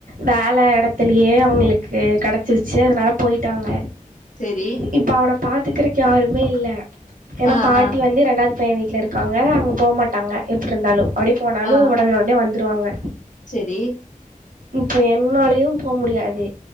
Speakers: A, on the right; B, on the left.
A: வேல எடத்துலயே அவுங்களுக்கு கெடைச்சிருச்சு அதனால போயிட்டாங்க
B: செரி
A: இப்ப அவன பாத்துக்கறக்கு யாருமே இல்ல ஏனா
B: ஆ
A: பாட்டி
B: ஆ
A: வந்து ரெண்டாவது பையன் வீட்ல இருக்கு க்காங்க அங்க போக மாட்டாங்க எப்டி இருந்தாலு அப்டி போனாலு
B: ஆ
A: ஒடன ஒடனே வந்துருவாங்க
B: செரி
A: இப்போ என்னாலயும் போ முடியாது